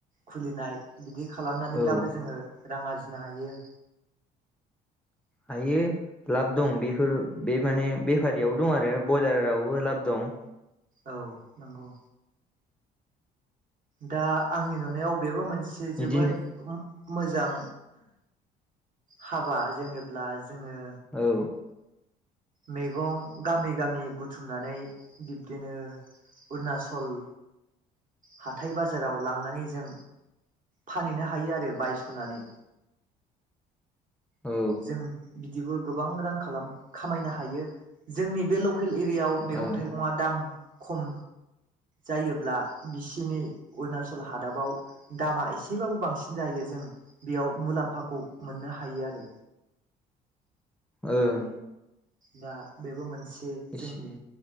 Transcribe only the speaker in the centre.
औ
हायो लाब दं बेफोर बे माने बेफारियाव दं आरो ब्रयलारावबो लाब दं <unintelligible>
बिदिनो
औ
औ
ओं
ओं।
एसे